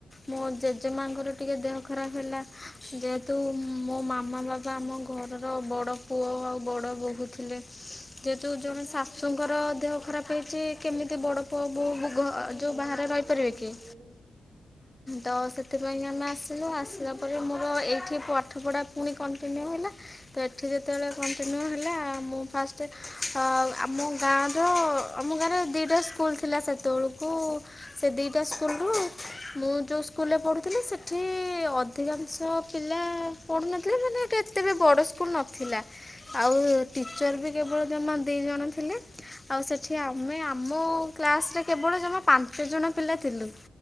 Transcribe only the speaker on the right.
ହଁ
ହଁ ନିହାତି